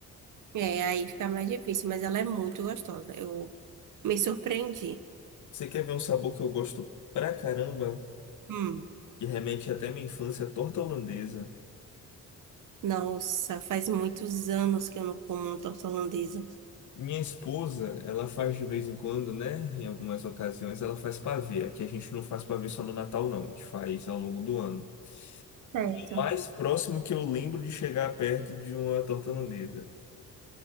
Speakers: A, on the right; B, on the left.
A: É, aí fica mais difícil, mas ela é muito gostosa. Eu me surpreendi.
B: Você quer ver um sabor que eu gosto pra caramba,
A: Hum.
B: que remete até minha infância, torta holandesa.
A: Nossa, faz muitos anos que eu não como uma torta holandesa.
B: Minha esposa, ela faz de vez em quando, né? Em algumas ocasiões, ela faz pavê. Aqui a gente não faz pavê só no Natal, não. A gente faz ao longo do ano.
A: Certo.
B: E o mais próximo que eu lembro de chegar perto de uma torta holandesa.